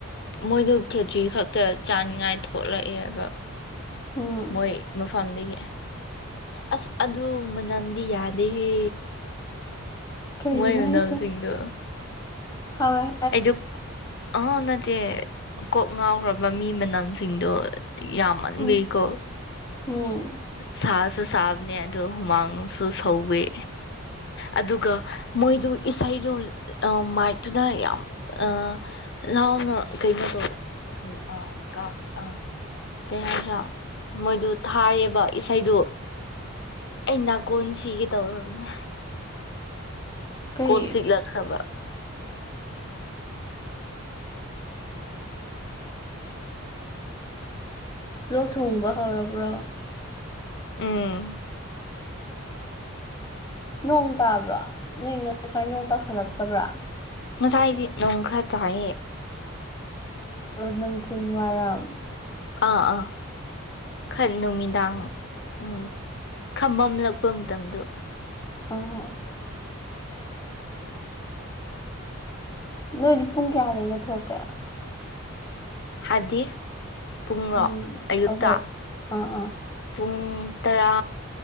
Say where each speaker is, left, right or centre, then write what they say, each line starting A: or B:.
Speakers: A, on the left; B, on the left.
A: ꯃꯣꯏꯗ ꯈꯦꯇ꯭ꯔꯤ ꯈꯛꯇ ꯆꯥꯅꯤꯡꯉꯥꯏ ꯊꯣꯛꯂꯛꯑꯦꯕ
B: ꯎꯝ
A: ꯃꯣꯏ ꯃꯐꯝꯗꯒꯤ ꯑꯁ ꯑꯗꯨ ꯃꯅꯝꯗꯤ ꯌꯥꯗꯦꯍꯦ
B: ꯀꯩꯕꯨꯅꯥ
A: ꯃꯣꯏ ꯃꯅꯝꯁꯤꯡꯗꯣ
B: ꯏꯁꯣ ꯍꯥꯎꯑꯦ
A: ꯑꯩꯗ ꯑꯥꯎ ꯅꯠꯇꯦ ꯀꯣꯛ ꯉꯥꯎꯈ꯭ꯔꯕ ꯃꯤ ꯃꯅꯝꯁꯤꯡꯗꯣ ꯌꯥꯃ ꯃꯟꯕꯤ
B: ꯎꯝ
A: ꯀꯣ
B: ꯎꯝ
A: ꯁꯥ ꯁꯥꯐ ꯍꯥꯞꯅꯦ ꯑꯗꯣ ꯍꯨꯃꯥꯡꯁꯨ ꯁꯧꯋꯤ ꯑꯗꯨꯒ ꯃꯣꯏꯗꯨ ꯏꯁꯩꯗꯨ ꯃꯥꯏꯠꯇꯨꯅ ꯌꯥꯝ ꯑ ꯂꯥꯎꯅ ꯀꯩꯅꯣꯗꯣ ꯑ ꯀꯥꯞ ꯑ ꯀꯩ ꯍꯥꯏꯔ꯭ꯔꯥ ꯃꯣꯏꯗꯨ ꯊꯥꯏꯌꯦꯕ ꯏꯁꯩꯗꯨ ꯑꯩ ꯅꯥꯀꯣꯟ ꯁꯤꯒꯦ ꯇꯧꯔꯕꯅꯦ
B: ꯀꯩ
A: ꯀꯣꯠ ꯆꯤꯛꯂꯛꯈ꯭ꯔꯕ
B: ꯂꯣꯛ ꯊꯨꯡꯕ ꯍꯧꯔꯕ꯭ꯔꯣ
A: ꯎꯝ
B: ꯅꯣꯡ ꯇꯥꯕ꯭ꯔꯣ ꯅꯪ ꯉꯁꯥꯏ ꯅꯣꯡ ꯇꯥꯁꯜꯂꯛꯇꯕ꯭ꯔꯥ
A: ꯉꯁꯥꯏꯗꯤ ꯅꯣꯡ ꯈꯔ ꯇꯥꯏꯌꯦ
B: ꯅꯨꯡꯊꯤꯤꯟ ꯋꯥꯏꯔꯝ
A: ꯑꯥ ꯑꯥ ꯈꯔ ꯅꯨꯃꯤꯗꯥꯡ ꯎꯝ ꯈꯔ ꯃꯝꯂꯛꯄ ꯃꯇꯝꯗꯣ
B: <unintelligible> ꯅꯣꯏ ꯍꯧꯗꯤ ꯄꯨꯡ ꯀꯌꯥꯗꯩꯒ ꯊꯣꯛꯀꯦ
A: ꯍꯥꯏꯗꯤ ꯄꯨꯡꯔꯣ
B: ꯎꯝ
A: ꯑꯌꯨꯛꯇ
B: ꯑꯩꯈꯣꯏ ꯑꯥ ꯑꯥ
A: ꯄꯨꯡ ꯇꯔꯥ